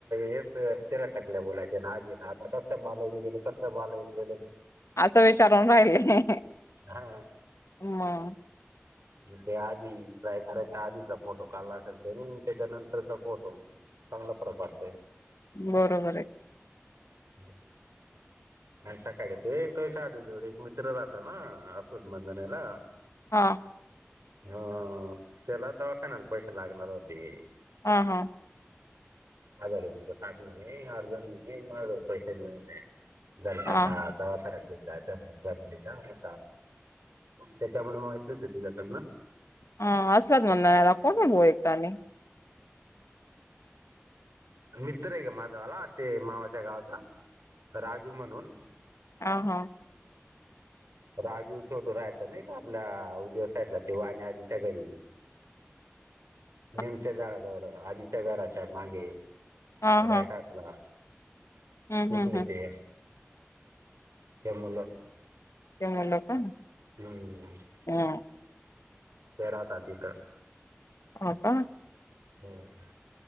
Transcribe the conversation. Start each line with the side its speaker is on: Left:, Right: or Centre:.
Right: हेच त्याला टकल्या बलाय ना आजी ना आता कस बाल गेले कसं बाल गे
Left: असं विचारून राहिले
Right: हा
Left: हम
Right: मग ते आधीयकराच्या आधीचा फोटो काल असेल ते नाही त्याच्या नंतरचा फोटो चांगला फरक वाडतय
Left: बरोबर आहे
Right: ह आणि सकाळी ते तो सा आधी जवळ एक मित्र राहतो ना असोद मंधनला
Left: हां
Right: हा त्याला दवाखान्याला पैसे लागणार होते
Left: ह हां
Right: अरे अर्धे पैसे माझे अर्धे पैसे माझे पैसे घेतले जरा त्यांना
Left: हा हा
Right: दवाखान्यात घेऊन जायचं म्हणत त्याच्यामुळे मागितलंच तिझकडन
Left: ह असलाात मंदला कोण बोलयत आणि
Right: मित्र आहे का माझावाला ते मामाच्या गावाचा राजू म्हणून
Left: अ ह
Right: राजूथेवतो राहायचा नाही का आपल्या उज्याव साईडला तेव्हा आणि आजीच्या घरी
Left: <inaudible>
Right: निमच्या झाडाजवळं आधीच्या घराच्या मागे
Left: हा
Right: रायटातला
Left: हा हम्म
Right: कठले
Left: हम्म हम्म
Right: ते त्या मुलं
Left: जमुळे लो का
Right: हम्
Left: हम
Right: परा त दि तर
Left: हो का
Right: बर